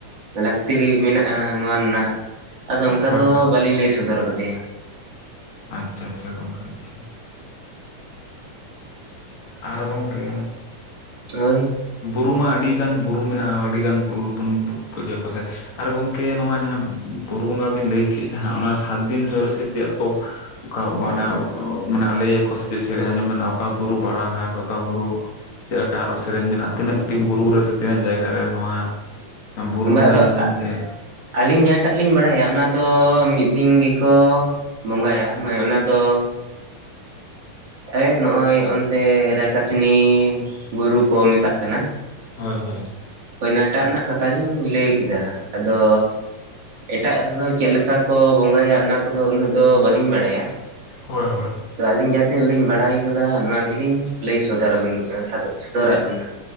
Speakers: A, on the right; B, on the left.
A: ᱞᱟᱹᱠᱛᱤ ᱨᱮ ᱢᱮᱱᱟᱜᱼᱟ ᱱᱚᱣᱟ ᱨᱮᱱᱟᱜ ᱟᱫᱚ ᱚᱱᱠᱟ
B: ᱦᱳᱭ
A: ᱫᱚ
B: ᱦᱳᱭ
A: ᱵᱟᱹᱞᱤᱧ ᱞᱟᱹᱭ ᱥᱚᱫᱚᱨ ᱟᱠᱟᱫᱮᱭᱟ
B: ᱟᱪᱪᱷᱟ ᱟᱪᱪᱷᱟ ᱜᱚᱝᱠᱮ ᱟᱪᱪᱷᱟ ᱟᱨ ᱜᱚᱝᱠᱮ
A: ᱦᱳᱭ
B: ᱵᱩᱨᱩ ᱢᱟ ᱟᱹᱰᱤᱜᱟᱱ ᱵᱩᱨᱩ ᱢᱮᱱᱟᱜᱼᱟ ᱟᱹᱰᱤᱜᱟᱱ ᱵᱩᱨᱩ ᱨᱮᱵᱚᱱ ᱯᱩᱡᱟᱹ ᱯᱟᱥᱟᱭ ᱟᱨ ᱜᱚᱝᱠᱮ ᱱᱚᱣᱟ ᱡᱟᱦᱟᱸ ᱵᱩᱨᱩ ᱵᱚᱸᱜᱟ ᱵᱤᱱ ᱞᱟᱹᱭ ᱠᱮᱫ ᱡᱟᱦᱟᱸ ᱚᱱᱟ ᱥᱟᱛᱫᱤᱱ ᱦᱟᱹ ᱨᱮᱥ ᱪᱮᱫ ᱴᱳᱯ ᱚᱱᱠᱟ ᱢᱟᱱᱮ ᱢᱟᱱᱮ ᱞᱟᱹᱭ ᱠᱚ ᱪᱮᱫ ᱥᱮᱨᱮᱧ ᱟᱸᱡᱚᱢᱱᱟ ᱚᱠᱟ ᱵᱩᱨᱩ ᱵᱟᱲᱟ ᱜᱷᱟᱴ ᱚᱠᱟ ᱵᱩᱨᱩ ᱪᱮᱫ ᱞᱮᱠᱟ ᱟᱨᱚ ᱥᱮᱨᱮᱧ ᱢᱮᱱᱟᱜ ᱛᱤᱱᱟᱹᱴᱤ ᱵᱩᱨᱩ ᱨᱮ ᱥᱮ ᱛᱤᱱᱟᱹᱜ ᱡᱟᱭᱜᱟ ᱨᱮ ᱱᱚᱣᱟ ᱵᱩᱨᱩ
A: ᱵᱟ
B: ᱵᱚᱸᱜᱟ
A: ᱟᱫᱚ
B: ᱧᱩᱛᱩᱢ
A: ᱟ
B: ᱛᱮ
A: ᱟᱞᱤᱧ ᱡᱟᱦᱟᱸ ᱴᱟᱜ ᱞᱤᱧ ᱵᱟᱲᱟᱭᱟ ᱚᱱᱟ ᱫᱚ ᱢᱤᱫᱼᱼ ᱫᱤᱱ ᱜᱮᱠᱚ ᱵᱚᱸᱜᱟᱭᱟ ᱢᱟᱱᱮ ᱚᱱᱟ ᱫᱚᱼᱼ ᱮ ᱱᱚᱜᱼᱚᱭ ᱚᱱᱛᱮ ᱨᱟᱠᱟ ᱥᱤᱱᱤ ᱵᱩᱨᱩ ᱠᱚ ᱢᱮᱛᱟᱜ ᱠᱟᱱᱟ᱾
B: ᱦᱚᱭ ᱦᱚᱭ᱾
A: ᱦᱚᱭᱱᱟ ᱴᱟᱜ ᱨᱮᱱᱟᱜ ᱠᱟᱛᱷᱟ ᱞᱤᱧ ᱞᱟᱹᱭ ᱠᱮᱫᱟ ᱟᱫᱚᱼᱼ ᱮᱴᱟᱜ ᱨᱮᱫᱚ ᱪᱮᱫ ᱞᱮᱠᱟ ᱠᱚ ᱵᱚᱸᱜᱟᱭᱟ ᱚᱱᱟ ᱠᱚᱫᱚ ᱩᱱᱟᱹᱜ ᱫᱚ ᱵᱟᱹᱞᱤᱧ ᱵᱟᱲᱟᱭᱟ᱾
B: ᱦᱳᱭ ᱦᱳᱭ᱾
A: ᱛᱚ ᱟᱹᱞᱤᱧ ᱡᱟᱦᱟᱸ ᱛᱤᱱᱟᱹᱜ ᱞᱤᱧ ᱵᱟᱲᱟᱭ ᱟᱠᱟᱫᱟ ᱱᱚᱣᱟ ᱜᱮᱞᱤᱧ ᱞᱟᱹᱭ ᱥᱚᱫᱚᱨᱟ ᱵᱮᱱ ᱠᱟᱱ ᱥᱟᱫᱚᱜ ᱥᱚᱫᱚᱨᱟᱜ ᱵᱮᱱᱟ᱾